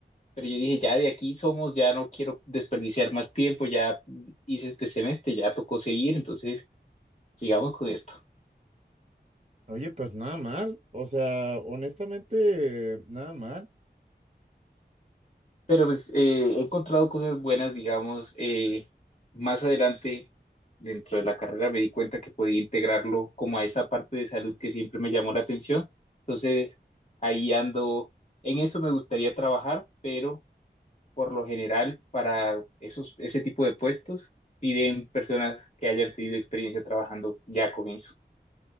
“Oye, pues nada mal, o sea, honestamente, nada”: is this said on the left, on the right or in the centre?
Right